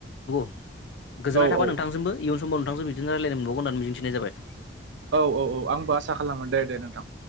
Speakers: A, on the left; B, on the right.
A: गोजोन्नाय
B: औ
A: थाबाय
B: औ
A: नोंथांजोंबो
B: औ
A: इयुन समाव नोंथांजों बिदिनो रायज्लायनो मोनबावगोन होननानै मिजिंथिनाय जाबाय।
B: औ औ औ आंबो आसा खालामो दे दे नोंथां।